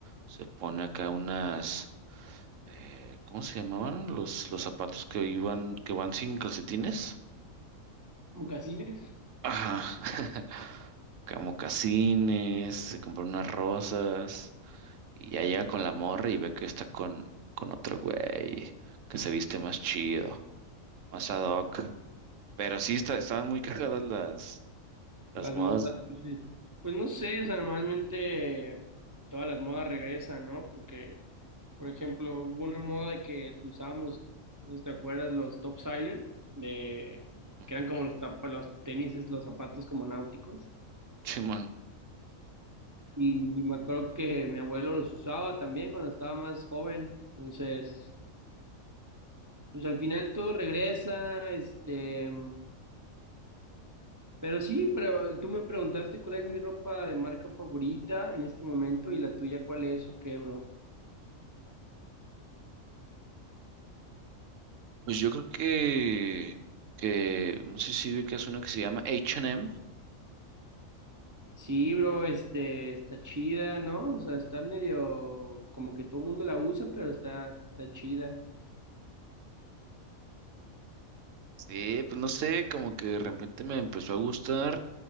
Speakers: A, on the right (about 70°); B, on the right (about 25°).
A: se pone acá unas, eh, ¿cómo se llamaban? Los, los zapatos que iban, que van sin calcetines.
B: Mocasines.
A: Ajá. <laughs> Acá mocasines, se compró unas rosas. Y ya llega con la morra y ve que está con, con otro güey, que se viste más chido, más ad hoc. Pero sí, está- estaban muy cagadas las, las
B: Las
A: modas.
B: modas, pues sí. Pues no sé, o sea, normalmente todas las modas regresan, ¿no? Porque, por ejemplo, hubo una moda que usábamos, no sé si te acuerdas, los topsider, de,
A: Ujú.
B: que eran como los, tapa- los tenis, los zapatos como náuticos.
A: <laughs> Simón.
B: Y me acuerdo que mi abuelo los usaba también cuando estaba más joven. Entonces, pues al final todo regresa, este, Pero sí, pero tú me preguntaste cuál es mi ropa de marca favorita en este momento y la tuya cuál es o qué, bro.
A: Pues yo creo que, que, no sé si vi que es uno que se llama H and M
B: Sí, bro, este, está chida, ¿no? O sea, está medio como que todo el mundo la usa, pero está, está chida.
A: Sí, pues no sé, como que de repente me empezó a gustar,